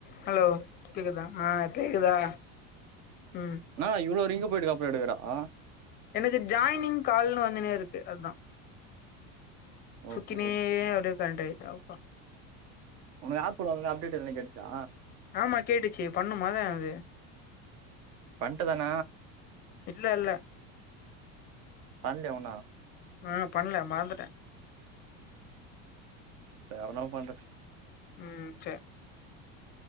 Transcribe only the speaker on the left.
hello கேக்குதா ஆ கேக்குதா ம்
எனக்கு ஜாய்னிங் கால்னு வந்துனே இருக்கு அதா
சுத்தினே அப்டே கனெக்ட் ஆயிர்து அதா
ஆமா கேட்டுச்சி பண்ணுமா அத எது
இல்ல இல்ல
ஆ பண்ல மறந்துட்டே
ம் சேர்